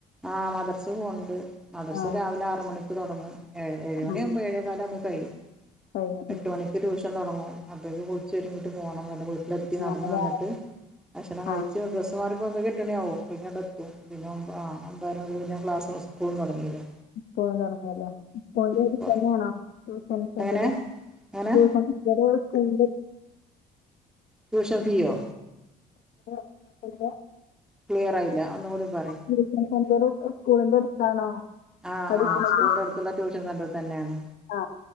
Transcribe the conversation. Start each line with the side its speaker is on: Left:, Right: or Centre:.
Centre: ആ മദ്രസെ പോന്നുണ്ട് മദ്രസെ
Left: ആ
Centre: രാവിലെ ആറ് മണിക്ക് തൊടങ്ങും. ഏ ഏഴ്
Left: ആ
Centre: മണിയാകുമ്പ ഏഴേകാല ആകുമ്പോ കഴും
Left: കഴിയും
Centre: എട്ട്
Left: ഉം.
Centre: മണിക്ക് ട്യൂഷൻ തുടങ്ങും. അപ്പോഴേക്ക് കുളിച്ച് ഒരുങ്ങിയിട്ട് പോകണം വടെ വീട്ടിലെത്തി
Left: ആ
Centre: നടന്നന്ന്
Left: അതാ
Centre: വന്നിട്ട് ഭക്ഷണം കഴിച്ച്
Left: ആ
Centre: ഡ്രസ് മാർക്ക്‌ പൊതി കെട്ടണ ആവും അപ്പൊ ഇങ്ങട് എത്തും പിന്നെ ഒ ആ ഒമ്പാതര മുതൽ പിന്നേക്ലാസ്സ്‌ സ് സ്കൂളും തുടങ്ങല്ലേ
Left: പോവൻറേഞ്ഞുല്ലേ ഇപ്പോഴും ഇവിടെ
Centre: അപ്പോൾ
Left: തന്നൊണോ? <unintelligible> ടൂഷൻ സെന്ററ്
Centre: എങ്ങനെ എങ്ങനെ
Left: ടൂഷൻ ഇവരുടെ സ്കൂള്
Centre: ട്യൂഷൻ ഫീയോ?
Left: <inaudible> <unintelligible>
Centre: ക്ലിയർആയില്ല ഒന്നുകൂടി പറയ്
Left: ട്യൂഷൻ സെന്റർ <unintelligible> ഉസ്കൂളിന്റെ അടുത്താണോ?
Centre: ആഹ്
Left: പഠിക്കുന്നത്
Centre: ആഹ് സ്കൂളിന്റെ അടുത്തുള്ള ട്യൂഷൻ സെന്റർ തന്നെയാണ്.
Left: ആ